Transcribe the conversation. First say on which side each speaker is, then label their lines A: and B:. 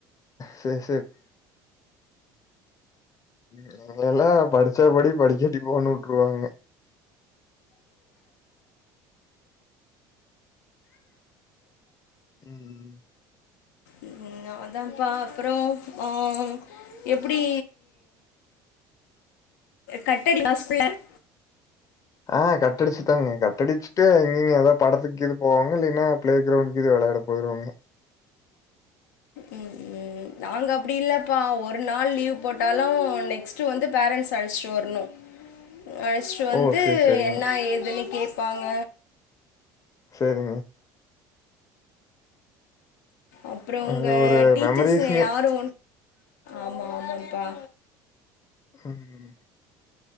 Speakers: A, on the left; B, on the left.
A: சேரி நாங்கல்லாம் படுச்சா படி படிக்காட்டி போன்னு வுட்ருவாங்க உம் உம்
B: உம் அதாம்பா அப்புறம் ஆஹ் எப்டி கட்டடி <unintelligible>
A: ஆஹ் கட்டடிச்சுதாங்க கட்டடிச்சுட்டு எங்கங்க ஏதாவது படத்துக்கு கீது போவாங்க இல்லன்னா பிளே கிரவுண்டக்கு கீது வெளயாட போய்டுவோங்க
B: உம் உம் நாங்க அப்டி இல்ல அப்பா ஒரு நாள் லீவ் போட்டாலும் நெக்ஸ்ட் ஃபர்ஸ்ட் வந்து பேரண்ட்ஸ் அழச்சிட்டு வரணு அழச்சுட்டு வந்து
A: ஓ சேரி சேரிங்க
B: என்ன ஏதுன்னு கே பாங்க
A: சேரிங்க
B: அப்றோ உங்க
A: அது ஒரு
B: டீச்சர்ஸ்ங்க
A: மெமரிஸ்ங்க
B: யாரு ஆமா ஆமாப்பா
A: ம்